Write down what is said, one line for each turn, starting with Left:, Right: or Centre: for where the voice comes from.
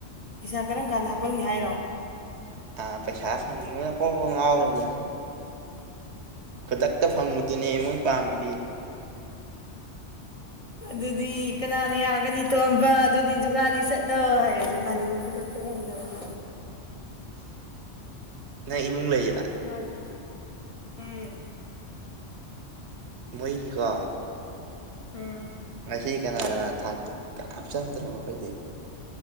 Left: ꯄꯩꯁꯥ ꯀꯔꯝ ꯀꯥꯟꯗ ꯍꯥꯄꯛꯅꯤ ꯍꯥꯏꯔꯣ
Right: ꯑ ꯄꯩꯁꯥ ꯐꯪꯅꯤꯡꯕꯅ ꯃꯀꯣꯛ ꯉꯥꯎꯔꯕ ꯖꯥꯠꯅꯤ ꯈꯨꯗꯛꯇ ꯐꯪꯕꯗꯨꯅꯦ ꯃꯣꯏ ꯄꯥꯝꯃꯤꯗꯤ <inaudible>
Left: ꯑꯗꯨꯗꯤ ꯀꯅꯥꯅ ꯌꯥꯒꯅꯤ ꯇꯣꯝꯕ ꯑꯗꯨꯗꯤ ꯖꯨꯒꯥꯥꯂꯤ ꯆꯠꯂꯣ ꯍꯥꯏꯌꯦ ꯖꯨꯒꯥꯥꯂꯤꯕꯨ ꯈꯨꯗꯛꯇ ꯐꯪꯗꯅꯤ
Right: <inaudible> ꯅꯪ ꯏꯕꯨꯡ ꯂꯩꯔꯥ
Left: ꯖꯨꯒꯥꯜꯂꯤꯜ ꯎꯝ
Right: ꯃꯣꯏꯒꯤꯀꯣ
Left: ꯎꯝ
Right: ꯑꯁꯤ ꯀꯅꯥ ꯀꯅꯥ ꯊꯥꯛꯇꯣ ꯀꯅꯥꯝ ꯆꯪꯗ꯭ꯔꯣ ꯃꯈꯣꯏꯗꯤ